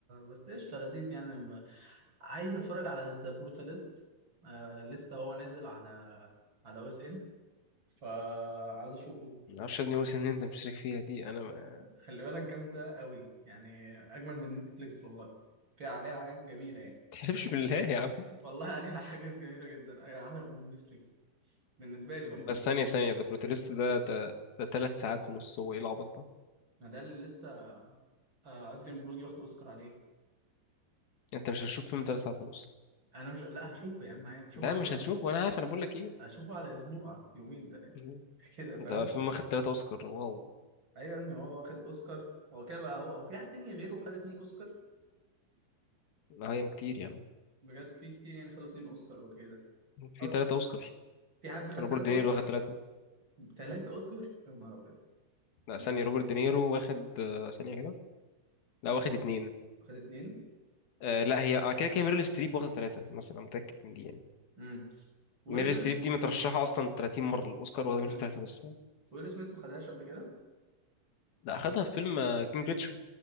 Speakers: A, on the right; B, on the left.
A: بس قشطه لذيذ يعني ب... عايز اتفرج على ذا بروتاليست آه لسه هو نازل على على او اس ان فعايز اشوفه
B: ما اعرفش يا ابني وسن ان انت مشترك فيها دي انا ما
A: خلي بالك جامده قوي يعني اجمل من نتفليكس والله فيها عليها حاجات جميله يعني
B: تحلفش بالله يا عم
A: والله عليها <laughs> حاجات جميلة جدا أيوة، أحلى من نتفليكس بالنسبة لي والله
B: بس ثانيه ثانيه ده بروتاليست ده ده ده ثلاث ساعات ونص هو ايه العبط ده
A: ما ده اللي لسه آه، أدريان برودي واخد أوسكار عليه
B: انت مش هتشوف فيلم ثلاث ساعات ونص
A: أنا مش لا هشوفه يا عم عادي، هشوفه
B: لا
A: على
B: مش
A: يوم
B: هتشوف وانا عارف انا بقول لك ايه
A: هشوفه على أسبوع يومين تلاتة
B: مم.
A: <laughs> كده فاهم
B: ده فيلم واخد ثلاثة اوسكار واو
A: أيوة إن هو واخد أوسكار هو كده بقى هو هو في حد تاني غيره خد اتنين أوسكار
B: ده هي كتير يعني
A: بجد في كتير يعني خدوا اتنين أوسكار وكده
B: في
A: أو
B: ثلاثة اوسكار
A: في حد خد
B: روبرت
A: تلاتة
B: دينيرو
A: أوسكار
B: واخد ثلاثة
A: تلاتة أوسكار يا نهار أبيض
B: لا
A: لا
B: ثانية روبرت دينيرو واخد آه، ثانية كده
A: واخد
B: لا واخد اتنين
A: واخد اتنين
B: آه لا هي آه، كده كده ميريل ستريب واخد ثلاثة مثلا أنا متأكد من دي يعني
A: امم ويل
B: ميري
A: سميث
B: ستريب دي مترشحة أصلا 30 مرة للأوسكار واخدة
A: امم
B: منهم تلاتة بس
A: ويل سميث ما خدهاش قبل كده
B: لا أخدها في فيلم آه، كينج ريتشارد